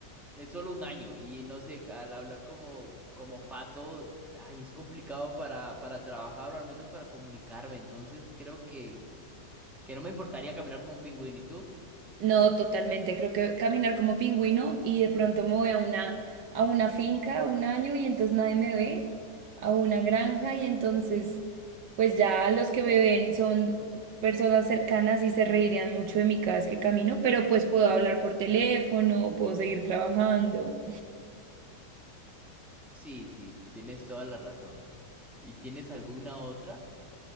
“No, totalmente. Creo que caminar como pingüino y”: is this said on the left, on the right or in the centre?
Right